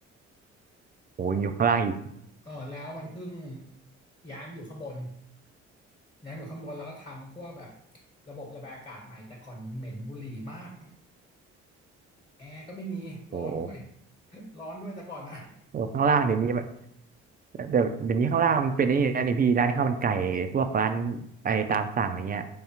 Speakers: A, on the right; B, on the left.
A: โอ้ยอยู่ข้างล่างอีก
B: เออแล้วมันเพิ่งย้ายมาอยู่ข้างบนย้ายมาอยู่ข้างบนแล้วก็ทำพวกแบบระบบระบายอากาศใหม่แต่ก่อนเหม็นบุหรี่มากแอร์ก็ไม่มีร้อนด้วย
A: โอ้โห
B: <laughs> ร้อนด้วยแต่ก่อนนะ
A: เออข้างล่างเดี๋ยวนี้มันแต่เดี๋ยวนี้ข้างล่างมันเป็นไอ้นี่นะนี่พี่ร้านข้าวมันไก่พวกร้านไอตามสั่งอะไรเงี้ย